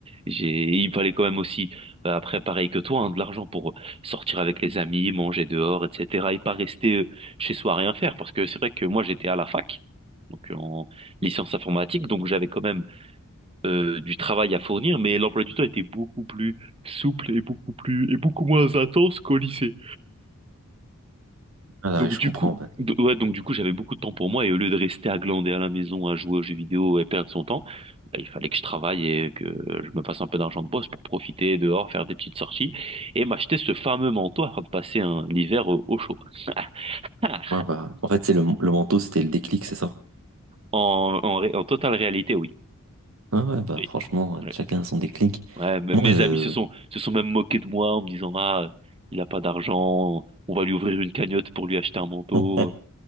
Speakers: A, on the right (about 25°); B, on the right (about 65°).
A: j'ai, il me fallait quand même aussi, euh, après, pareil que toi, hein, de l'argent pour sortir avec les amis, manger dehors, etc. Et pas rester euh, chez soi à rien faire. Parce que c'est vrai que moi, j'étais à la fac, donc en licence informatique, donc j'avais quand même euh, du travail à fournir, mais l'emploi du temps était beaucoup plus souple et beaucoup plus et beaucoup moins intense qu'au lycée.
B: Ah,
A: Donc
B: ouais, je
A: du
B: comprends.
A: coup,
B: bah.
A: d- ouais, donc du coup, j'avais beaucoup de temps pour moi et au lieu de rester à glander à la maison, à jouer aux jeux vidéo et perdre son temps, bah, il fallait que je travaille et que je me fasse un peu d'argent de boss pour profiter dehors, faire des petites sorties et m'acheter ce fameux manteau afin de passer un l'hiver au, au chaud. <laughs> Ah
B: Ouais, bah, en fait, c'est le, le manteau, c'était le déclic, c'est ça?
A: En, en, ré- en totale réalité, oui.
B: Ah ouais, bah
A: Oui.
B: franchement, ouais,
A: Ouais.
B: chacun a son déclic.
A: Ouais, m-
B: Moi,
A: mes
B: euh,
A: amis se sont, se sont même moqués de moi en me disant, ah, il a pas d'argent, on va lui ouvrir une cagnotte pour lui acheter un manteau.
B: <laughs>